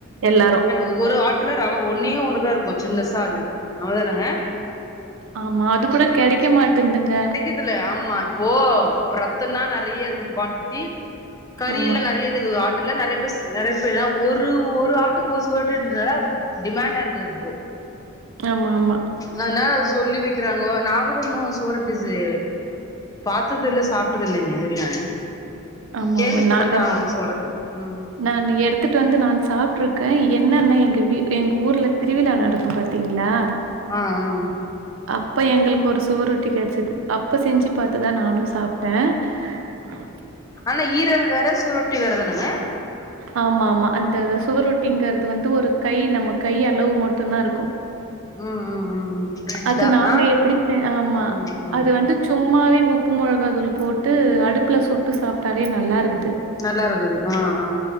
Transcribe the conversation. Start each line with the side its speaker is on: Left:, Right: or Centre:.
Right: எல்லாரு
Left: ஒவ்வொரு ஆட்ல ரவ ஒன்னே ஒண்ணு தாருக்கு சின்னசாது அவ்ளோதானங்க
Right: ஆமா அது கூட கெடக்கே மாட்டுதுங்க
Left: இதுல ஆமா இப்போ ரத்தோனா நெறைய இருக்குது குவான்டிட்டி கறில
Right: ஆமா
Left: நெறைய இது ஒரு ஆட்டுல நெறைய பேரு நெறைய பேரு ஒரு ஒரு ஆட்டுக்கு ஒரு சுவரொட்டின்றனால டிமாண்ட் ஆ இருக்குது ப்போ
Right: ஆமா ஆமா
Left: அதுனால அத சொல்லி வெக்கிறாங்கோ நா கூட ன்னும் துரட்டி சே பாத்ததில்ல சாப்பிட்டதில்லேங்க இதுவர ‌நானு
Right: ஆமா
Left: கேள்விப்பட்டதுதாவ்
Right: நா
Left: உனக்கு சொல்றே ஆ
Right: நான் அன்ன எடுத்துட்டு வந்து நா சாப்பிட்டுருக்கே என்னன்னா எங்க வீட் எங்க ஊர்ல திருவிழா நடக்கும் பாரு த்தீங்களா
Left: ஆ ஆ
Right: அப்ப எங்களுக்கு ஒரு சுவரொட்டி கெடச்சிது அப்ப செஞ்சு பாத்துதான் நானும் சாப்ட்டேன் அஹ
Left: ஆனா ஈரல் வேற சுவரொட்டி வேறதாணுங்க
Right: ஆமா ஆமா அந்த சுவரொட்டிங்கிறது வந்து ஒரு கை நம்ம கை அளவு மட்டுதான் ருக்கும்
Left: ம் ம் ம் ரெட்டா
Right: அது நாங்க
Left: ஆ
Right: எப்டி செய்‌ ஆமா
Left: ம் ம்
Right: அது வந்து சும்மாவே உப்பு மொளகா தூள் போட்டு அடுப்ல சுட்டு சாப்ட்டாலே நல்லாருக்குது
Left: நல்லாருக்குது ஆ ஆ